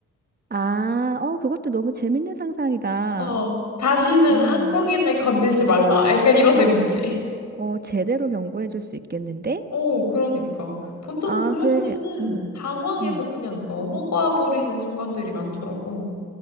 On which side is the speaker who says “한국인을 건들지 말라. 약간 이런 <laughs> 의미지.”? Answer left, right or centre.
Left